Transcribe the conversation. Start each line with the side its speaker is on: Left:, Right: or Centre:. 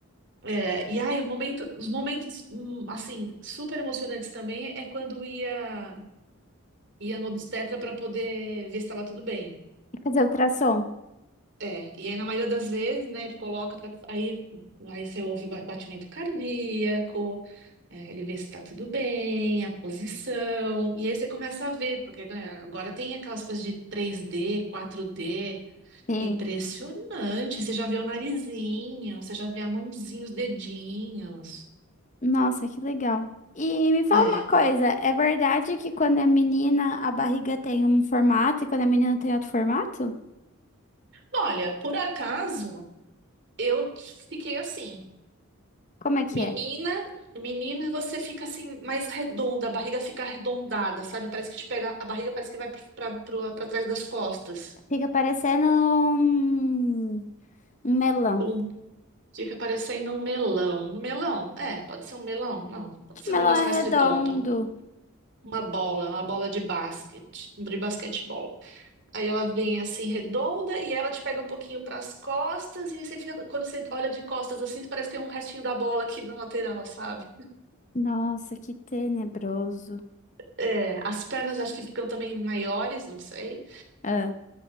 Right: É, e aí o momento, os momentos, hum, assim, super emocionantes também é quando ia, ia no obstetra para poder ver se estava tudo bem.
Left: Fazer ultrassom.
Right: É, e aí na maioria das vezes, né, ele coloca pra, aí, aí você ouve ba- batimento cardíaco, é, ele vê se tá tudo bem, a posição, e aí você começa a ver, porque né, agora tem aquelas coisas de 3D, 4D,
Left: Sim.
Right: é impressionante, você já vê o narizinho, você já vê a mãozinha, os dedinhos,
Left: Nossa, que legal. E me fala
Right: é.
Left: uma coisa, é verdade que quando é menina a barriga tem um formato e quando é menina tem outro formato?
Right: Olha, por acaso, eu fiquei assim.
Left: Como é que
Right: Menina,
Left: é?
Right: menina, você fica assim mais redonda, a barriga fica arredondada, sabe? Parece que te pega, a barriga parece que vai para trás das costas.
Left: Fica parecendo um, um melão.
Right: Ou fica parecendo um melão. No melão? É, pode ser um melão, não. Pode
Left: Que
Right: ser
Left: melão
Right: um negócio
Left: é
Right: mais
Left: redondo.
Right: redondo, uma bola, uma bola de basquete, de basquetebol. Aí ela vem assim redonda e ela te pega um pouquinho para as costas e você fica, quando você olha de costas assim, parece que tem um restinho da bola aqui na lateral, sabe?
Left: Nossa, que tenebroso.
Right: É, as pernas acho que ficam também maiores, não sei.
Left: Ah,